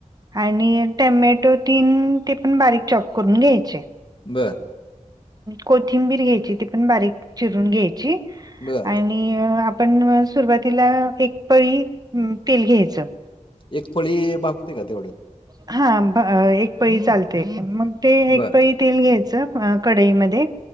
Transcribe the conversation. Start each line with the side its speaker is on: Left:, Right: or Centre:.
Right: आणि टमॅटो तीन ते पण बारीक चॉप करून घ्यायचे.
Left: बर!
Right: कोथिंबीर घ्यायची ती पण बारीक चिरून घ्यायची
Left: बरं.
Right: आणि आणि आपण सुरुवातीला एक पळी तेल घ्यायचं.
Left: एक पळी भागते का तेवढ्यात.
Right: हा भ एक पळी चालते मंग ते एक
Left: बरं.
Right: पळी तेल घ्यायचं अ कडईमध्ये.